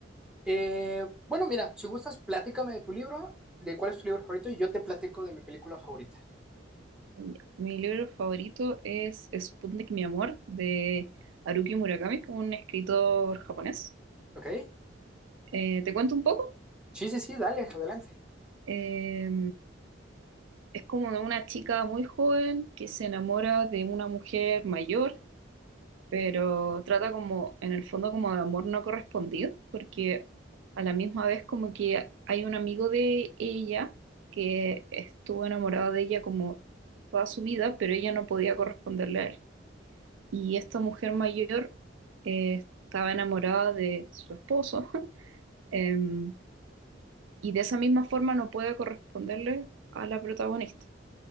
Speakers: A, in the centre; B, on the right (about 80°).
A: Eh, bueno, mira, si gustas, platícame de tu libro, de cuál es tu libro favorito, y yo te platico de mi película favorita,
B: Ya. Mi libro favorito es Sputnik, mi amor, de Haruki Murakami, un escritor japonés.
A: ¿ok?
B: Eh, te cuento un poco.
A: Sí, sí, sí, dale, adelante.
B: Eh, es como de una chica muy joven que se enamora de una mujer mayor, pero trata como, en el fondo, como de amor no correspondido, porque a la misma vez como que hay un amigo de ella que estuvo enamorado de ella como toda su vida, pero ella no podía corresponderle a él. Y esta mujer mayor eh, estaba enamorada de su esposo, <laughs> em, y de esa misma forma no puede corresponderle a la protagonista.